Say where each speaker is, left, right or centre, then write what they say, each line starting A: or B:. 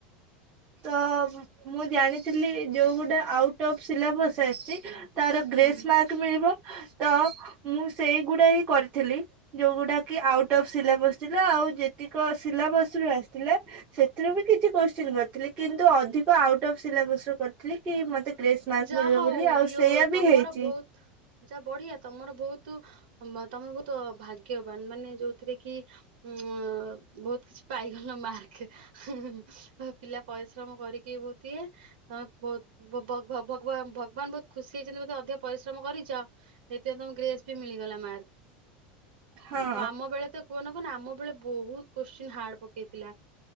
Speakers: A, on the right; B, on the right.
A: ତ ମୁଁ ଜାଣିଥିଲି ଯୋଉ ଗୋଟେ ଆଉଟ ଅଫ୍ ସିଲାବସ୍ ଆସିଛି ତାର ଗ୍ରେସ୍
B: ହୁଁ।
A: ମାର୍କ ମିଳିବ ତ ତା ମୁଁ ସେଇଗୁଡା ହିଁ କରିଥିଲି ଯୋଉଗୁଡାକ ଆଉଟ ଅଫ୍ ସିଲାବସ ଥିଲା ଆଉ ଯେତିକ ସିଲାବସ ରୁ ଆସିଥିଲା ସେଥିରୁ ବି କିଛି କୋଶ୍ଚିନ୍ କରିଥିଲି କିନ୍ତୁ ଅଧିକ ଆଉଟ୍ ଅଫ୍ ସିଲାବସ ର କରିଥିଲି କି ମତେ ଗ୍ରେସ୍ ମାର୍କ
B: ଯାହା
A: ମିଳିବ
B: ହଉ
A: ବୋଲି ଆଉ
B: ଇୟୋ
A: ସେଇୟା
B: ତମର
A: ବି ହେଇଛି
B: ବହୁତ ଯା ବଢିଆ ତମର ବହୁତ ତମେ ବହୁତ ଭାଗ୍ୟବାନ ମାନେ ଯୋଉଥିରେ କି ହଁ ବହୁତ କିଛି ପାଇଗଲ ମାର୍କ ହହ ପିଲା ପଇସା ପରିଶ୍ରମ କରିକି ବଉଥିବେ <unintelligible> ବବତ ଭ ଭଗବାନ ଭଗବାନ ବହୁତ ଖୁସି ହେଇଛନ୍ତି ବୋଧେ ଅଧିକ ପରିଶ୍ରମ କରିଛ ସେଇଥିପାଇଁ ତମ ଗ୍ରେସ ମିଳିଗଲା ମାର୍କ
A: ହଁ
B: ଆଉ ଆମ ବେଳେ ତ କୁହନ କୁହନ ଆମ ବେଳେ ବହୁତ କୋଶ୍ଚିନ ହାର୍ଡ ପ ପକେଇଥିଲା